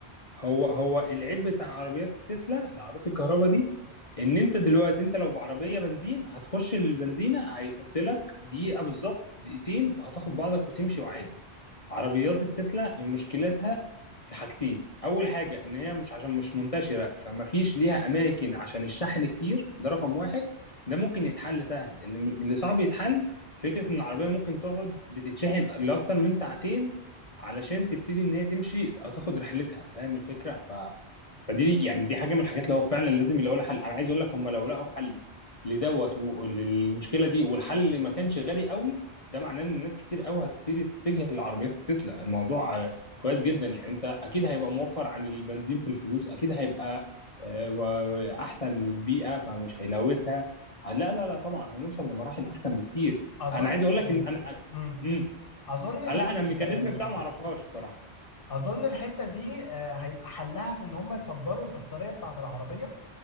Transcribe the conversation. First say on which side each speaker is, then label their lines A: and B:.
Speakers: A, on the left; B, on the left.
A: هو هو العيب بتاع عربيات التسلا العربيات الكهرباء دي ان انت دلوقتي انت لو بعربيه بنزين هتخش البنزينه هيحط لك دقيقه بالظبط دقيقتين وهتاخد بعضك وتمشي وعادي عربيات التسلا مشكلتها في حاجتين اول حاجه ان هي مش عشان مش منتشره فما فيش ليها اماكن عشان الشحن كتير ده رقم واحد ده ممكن يتحل سهل اللي اللي صعب يتحل فكره ان العربيه ممكن تقعد بتتشحن لاكتر من ساعتين علشان تبتدي ان هي تمشي او تاخد رحلتها فاهم الفكره ف فدي يعني دي حاجه من الحاجات اللي هو فعلا لازم يلاقوا لها حل انا عايز اقول لك هم لو لقوا حل لدوت وللمشكله دي والحل ما كانش غالي قوي ده معناه ان الناس كتير قوي هتبتدي تتجه للعربيات التسلا الموضوع آه، كويس جدا يعني انت اكيد هيبقى موفر عن البنزين في الفلوس اكيد هيبقى آه، و- احسن للبيئه فمش هيلوثها لا لا لا طبعا هنوصل لمراحل احسن بكتير
B: اظن
A: انا عايز اقول لك ان انا
B: امم
A: امم
B: اظن
A: لا
B: ان ال-
A: انا الميكانيزم
B: آه،
A: بتاعه ما اعرفهاش الصراحه
B: اظن الحته دي آه، هيبقى حلها في ان هم يكبروا البطاريه بتاعت العربيه